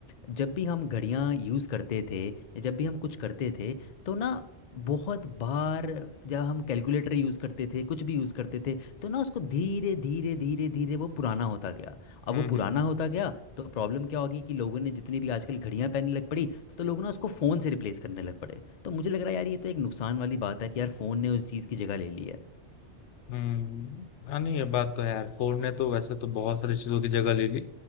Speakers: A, on the left; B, on the left.
A: जब भी हम घड़ियाँ यूज़ करते थे या जब भी हम कुछ करते थे तो ना बहुत बार जब हम कैलकुलेटर यूज़ करते थे कुछ भी यूज़ करते थे तो ना उसको धीरे धीरे धीरे धीरे वो पुराना होता गया अब
B: हम्म
A: वो
B: हम्म
A: पुराना
B: हम्म, हम्म।
A: होता गया तो प्रॉब्लम क्या होगी कि लोगों ने जितनी भी आजकल घड़ियां पहनने लग पड़ी तो लोगों ने उसको फ़ोन से रिप्लेस करने लग पड़े तो मुझे लग रहा है यार ये तो एक नुकसान वाली बात है कि यार फ़ोन ने उस चीज़ की जगह ले ली है
B: हम्म। हाँ नहीं ये बात तो है यार फोन ने तो वैसे तो बहुत सारी चीजों की जगह ले ली